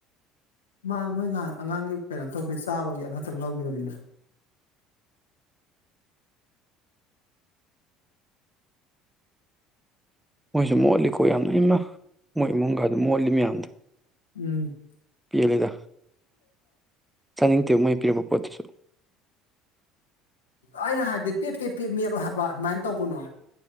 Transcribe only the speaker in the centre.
ꯃꯣꯏꯁꯨ ꯃꯣꯠꯂꯤꯀꯣ ꯌꯥꯝꯅ ꯏꯃ ꯃꯣꯏ ꯏꯃꯨꯡꯒꯗ ꯃꯣꯠꯂꯤ ꯃꯌꯥꯝꯗꯣ
ꯄꯤꯍꯂꯗ ꯆꯥꯅꯤꯡꯗꯦ ꯃꯣꯏ ꯄꯤꯔꯛꯄ ꯄꯣꯠꯇꯨꯁꯨ